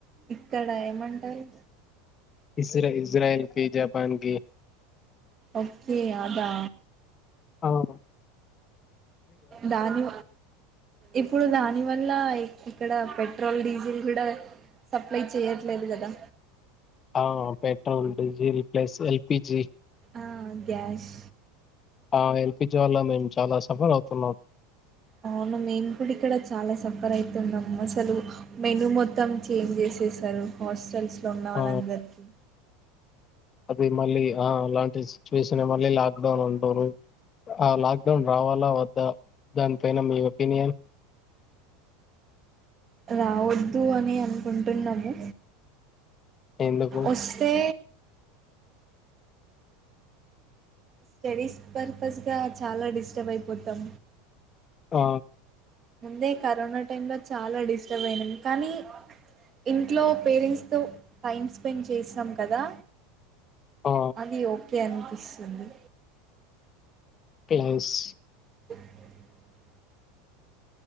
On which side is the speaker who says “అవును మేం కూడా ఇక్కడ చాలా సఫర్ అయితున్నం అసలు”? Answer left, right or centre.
Right